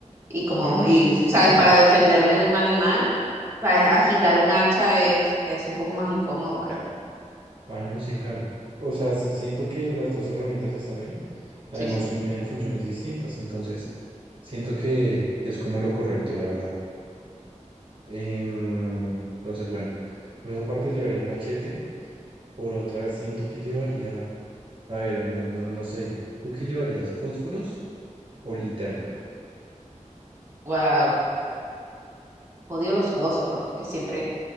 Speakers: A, on the right (about 20°); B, on the right (about 40°).
A: Y como,
B: Ah, no,
A: y,
B: sí, sí,
A: ¿sabes?
B: sí.
A: Para defenderme de un animal, ¿sabes? Agitar un hacha es, es un poco más incómodo, creo.
B: Ah, no, sí, claro. O sea, se- siento que las dos herramientas están bien. Además,
A: Sí, sí.
B: cumplen funciones distintas. Entonces, siento que, que es como lo correcto, la verdad. Em, entonces, bueno, por esa parte llevaría el machete. Por otra, siento que llevaría. A ver, no, no, no sé. ¿Tú qué llevarías? ¿Fósforos o linterna?
A: Wow, Odio los fósforos porque siempre,